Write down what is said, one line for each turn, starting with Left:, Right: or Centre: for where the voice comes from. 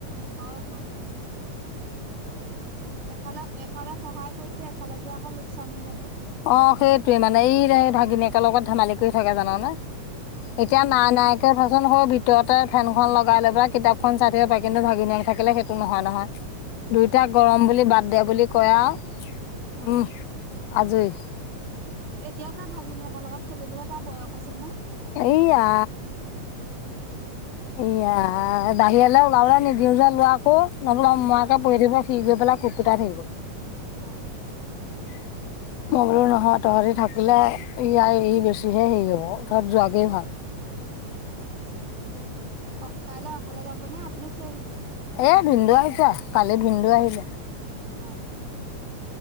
Right: হয়, হয়। এফালে, এফালে সহায় কৰিছে এফালে যে আকৌ লোকচান হৈ যাব।
Left: অ, সেইটয়ে মানে এই ভাগিনী একেল লগত ধেমালি কৰি থাকে জানানে। এতিয়া নাই, নাই, একে থচোন স, ভিত ভিততে ফেনখন লগাই লৈ প, কিতাপখন চাই থাকিব পাৰে, কিন্তু ভাগিনিয় থাকিলে সেইটো নহয়, নহয়। দুইটা গৰম বুলি বাদ দে বুলি কয় আৰু।
Right: আহ।
Left: উম আজৰি
Right: এতিয়াও তাৰ ভাগিনীয়েকৰ লগত খেলিবলৈ তাৰ বয়স আছে নে।
Left: এয়া এয়া বাহিৰেলে ওলালে নিদিওঁ যোৱা লোৱা আকৌ। নবোলে মইাকে
Right: অ'
Left: প, থিব, সি, গৈ পেলাই খুকুটা থ, গল।
Right: আহঁ।
Left: <inaudible> মই বোলো নহয় তহঁতি থাকিলে ইয়াই ই, বেছিহে হেৰি হ'ব তহত যোৱাকেই ভাল।
Right: অ, কাইলৈ অকলে যাবনে আপুনি থৈ আহিবগৈ।
Left: এ, ভিনন্দু আহিছা কালি ভিনন্দু আহিলে।
Right: অ', অ'।